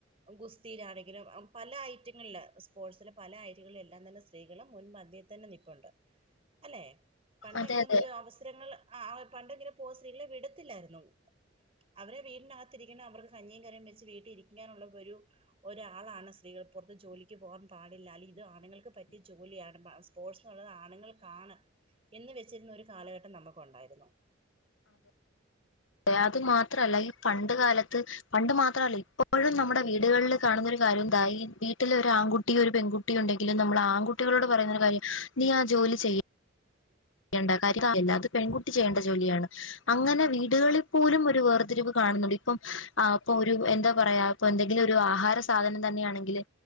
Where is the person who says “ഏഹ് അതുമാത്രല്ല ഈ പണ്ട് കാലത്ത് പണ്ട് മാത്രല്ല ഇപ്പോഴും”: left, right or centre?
Left